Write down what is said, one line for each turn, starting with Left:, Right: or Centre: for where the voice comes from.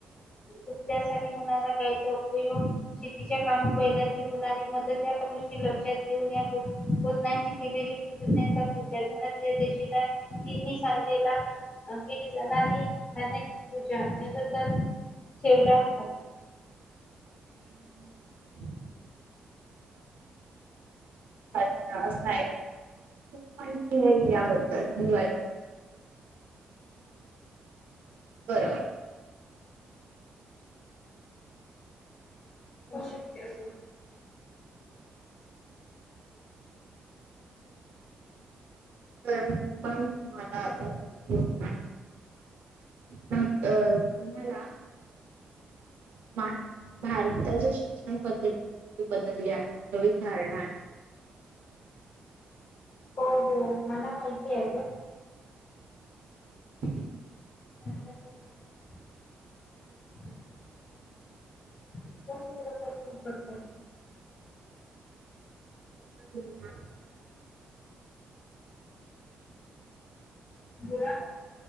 Left: त्यासाठी होणारा गायचा उपयोग शेतीच्या कामी बैलाची होणारी मदत ह्या गोष्टी लक्षात घेऊन या. पनाची केलेली कृतज्ञता पूाशीला तननी सांजेला. केली जाणार आणिची पूजा नैबद ठेवला.
Right: ह. अच्छा असं आहे खूप माहिती आहे याबद्दलहि. बरोबर.
Left: हो शक्य अस.
Right: तर मी पण तुम्हाला आतानांग ना अ तुम्हाला? मा भारताच्या शिक्षण पद्धती मोठी बदलली आहे नवीन धारणा आहे.
Left: हो हो मला माहिती आहे तून
Right: <unintelligible>
Left: <unintelligible> कोत.
Right: हो.
Left: बोला.